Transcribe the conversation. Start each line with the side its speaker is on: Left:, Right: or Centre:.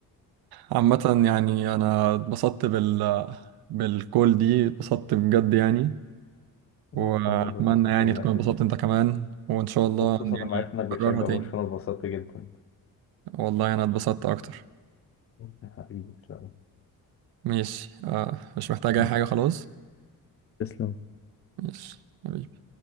Right: عامة يعني أنا اتبسطت بال بالكول دي اتبسطت بجد يعني
Left: وأنا
Right: وأتمنى
Left: كمان اتبسطت
Right: يعني
Left: بالمناقشة
Right: تكون اتبسطت
Left: دي
Right: أنت كمان وإن شاء الله
Left: وخصوصا
Right: يعني
Left: لما عرفت إنك بتشجع
Right: نكررها تاني
Left: برشلونة اتبسطت جدا
Right: والله أنا اتبسطت أكتر
Left: <laughs> حبيبي تسلم
Right: ماشي آه مش محتاج
Left: مم.
Right: أي حاجة خلاص
Left: تسلم
Right: ماشي حبيبي.